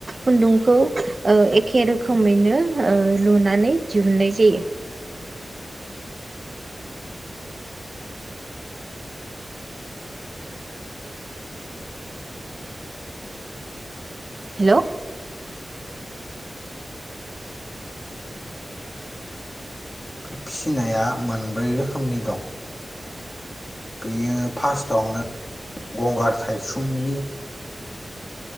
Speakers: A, on the right; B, on the left.
A: खुन्दुंखौ ओ एखे रोखोमैनो ओ लुनानै दिहुनन्नाय जायो। हेलौ
B: फिसिनाया मोनब्रै रोखोमनि दं। बेयो फार्स्टआवनो गंगार थायसुंनि